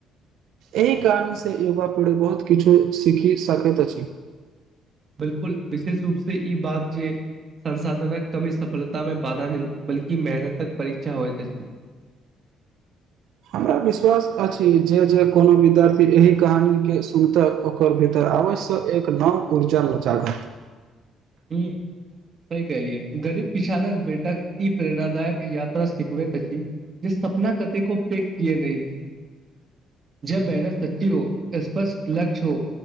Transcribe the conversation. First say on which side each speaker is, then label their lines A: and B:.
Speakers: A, on the right; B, on the right.
A: एहि कारण से युवा पीढ़ी बहुत किछु सीखि सकैत अछि
B: बिल्कुल विशेष रूप से ई बात जे संसाधनक कमी सफलता में बाधा नहि बल्कि मेहनत तक परीक्षा होइत अछि
A: हमरा विश्वास अछि जे जे कोनो विद्यार्थी एहि कहानी के सुनते ओकर भीतर आबै सए एक नौव ऊर्जा लचागत
B: ह्म सहि कलिये गरीब किसानक बेटाक ई प्रेरणादायक यात्रा सिखबैत अछि जे सपना कतेको पेघ किए नहि हेतै जब मेहनत सच्ची हो स्पष्ट लक्ष्य हो